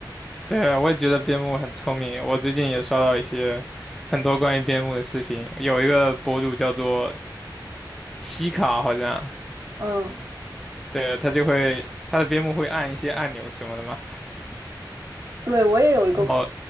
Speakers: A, in the centre; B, on the right.
A: 对，我也觉得边牧很聪明。我最近也刷到一些很多关于边牧的视频，有一个博主叫做西卡，好像，
B: 嗯，
A: 对，他就会他的边牧会按一些按钮什么的嘛。
B: 对，我也有一个
A: 然后